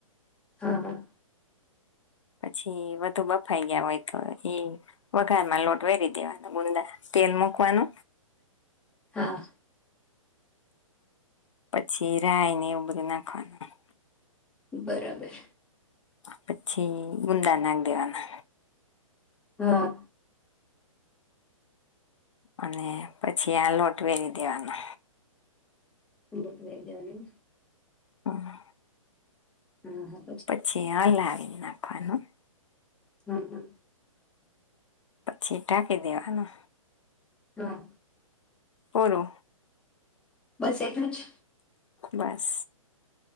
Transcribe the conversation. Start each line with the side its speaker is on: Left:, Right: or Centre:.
Centre: હા, હા.
Left: પછી વધુ બફાઈ ગયા હોય તો એ વઘારમાં લોટ વેરી દેવાનો ગુંદા તેલ મુકવાનો
Centre: હા.
Left: પછી રાય ને એવું બધું નાખવાનું.
Centre: બરાબર.
Left: પછી ગુંદા નાક દેવાના.
Centre: હા
Left: અને પછી આ લોટ વેરી દેવાનો.
Centre: મોકલાઈ દેવાનું
Left: હા.
Centre: હા હા
Left: પછી <unintelligible> લાગે. <unintelligible>
Centre: હા, હા.
Left: પછી ટાંકી દેવાનું
Centre: હા.
Left: ફરો.
Centre: બસ એ પણ છે.
Left: બસ.